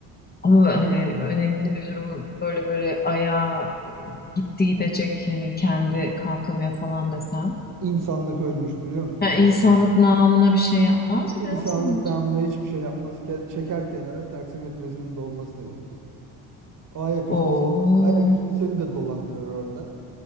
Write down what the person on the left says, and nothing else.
Ama hani önemli bir durum böyle böyle ayağa e, gitti gidecek yani kendi kalkamıyor falan desem.
Yani
insanlık
namına bir şey yapmaz mı
ya sence?
Oo.